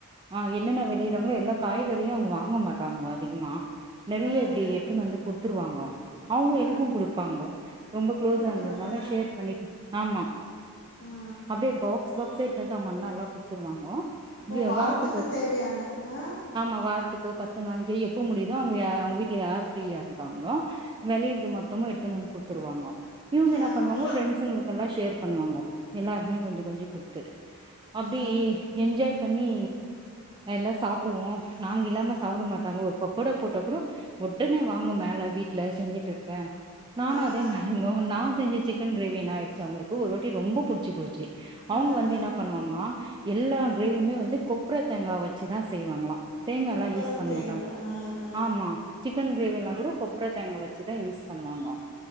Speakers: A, on the right (about 20°); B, on the left (about 55°).
A: ஆஹ் என்னன்ன வேளையிராகளோ எல்லா காய்கறியு அவுங்க வாங்க மாட்டாங்கோ அதிகமா நெறைய
B: ஆங்க.
A: இப்டி எடுத்துன்னு வந்து குடுத்துருவாங்கோ அவுங்க
B: ஆ.
A: எனக்கு குடுப்பாங்கோ ரொம்ப க்குளோஸா
B: சூப்பருங்க.
A: இருந்ததுனால ஷேர் பண்ணிட்டு ஆமா
B: ஆ.
A: அப்டியே பாக்ஸ் பாக்ஸ்யே எட்டாந்த அவுங்கன்னா எல்லா குத்துருவாங்கோ
B: ஓ! வாரத்துக்கு
A: வார்த்துக் ஒரு டிப்
B: தேவையான ஆ.
A: ஆமா வாரத்துக்கோ பத்து நாளைக்கே எப்போ முடியுதோ அவுங்க அவுங்க வீட்டுல யாரு ஃப்ரீயா இருக்காங்களோ வெளையுறது மொத்தமு எடுத்துன்னு வந்து குடுத்துருவாங்கோ இவுங்க என்ன
B: ஆங்க.
A: பண்ணுவாங்கோ பிஃரெண்ட்ஸுங்களுக்குல்லா ஷேர் பண்ணுவாங்கோ எல்லாருக்மே கொஞ்ச கொஞ்ச கொடுத்து அப்டி
B: ஆ.
A: என்ஜாய் பண்ணி எல்லாம் சாப்பிடுவோம் நாங்க இல்லாம சாப்பிட மாட்டாங்க ஒரு பக்கோடா போட்ட கூட உடனே வாங்க மேல வீட்டுல செஞ்சிட்டு இருக்கேன் நானும்
B: ஆ,
A: அதே
B: ஆ.
A: மாரி நான் செஞ்ச சிக்கன் கிரேவி என்ன ஆயிடுச்சு அவங்களுக்கு ஒரு வாட்டி ரொம்ப புடி சுபோச் சி அவங்க
B: ஆ,
A: வந்து
B: ஆ.
A: என்ன பண்ணுவாங்களாம் எல்லா கிரேவியுமே வந்து கொப்ர தேங்கா வச்சுதான் செய்வாங்களாம் தேங்காய்
B: கொப்பர
A: எல்லாம் யூஸ் பண்ண
B: தேங்கா.
A: மாட்டாங்க
B: ஆ, ஆ.
A: ஆமா சிக்கன் கிரேவி எல்லாம் கூட கொப்ரை தேங்காய் வச்சுதான் யூஸ் பண்ணுவாங்க